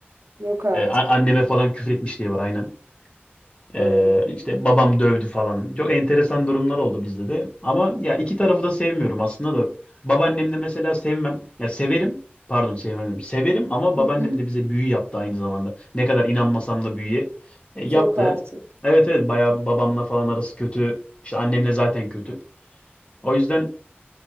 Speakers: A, on the right; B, on the left.
A: Yok artık.
B: Ee, a- anneme falan küfür etmiş diye var aynen. Ee,
A: Ay.
B: işte babam dövdü falan. Çok enteresan durumlar oldu bizde de. Ama ya iki tarafı da sevmiyorum aslında da. Babaannem de mesela sevmem. Ya severim. Pardon sevmem. dedim. Severim ama
A: Hı
B: babaannem
A: hı.
B: de bize büyü yaptı aynı zamanda. Ne kadar inanmasam da büyüye E,
A: Yok
B: yaptı.
A: artık.
B: Evet evet bayağı babamla falan arası kötü. İşte annemle zaten kötü. O yüzden